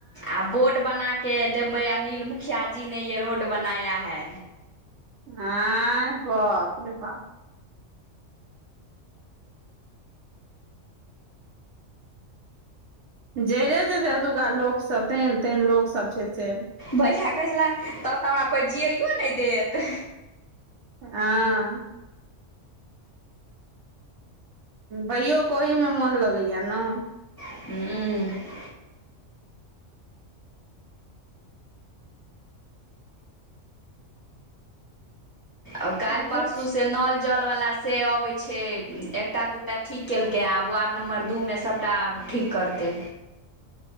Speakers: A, on the left; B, on the right.
A: आ बोर्ड बना केँ देबै अनिल मुखिआ जी ने ये रोड बनाय है
B: आय बाप रे बाप जैरे जेतै ओतुका लोक सब तेहन - तेहन लोक सब छै से
A: भैया कहै छलै तब तऽ हमरा कोइ जियइयो नय देत
B: हँ भैयोे केँ ओहिमे मोन लगै यऽ नऽ
A: हुँ ओ काइल
B: ठीके
A: परसू
B: छै
A: से नल जल वला से अबै छै एकटा दू टा ठीक केलकै अब वार्ड नम्बर दू मे सभटा आब ठीक करतै